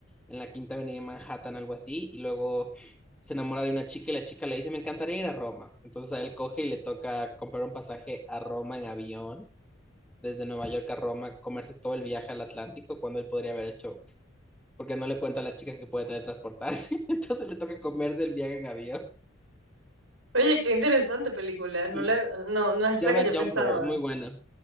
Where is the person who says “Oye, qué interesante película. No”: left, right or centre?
Right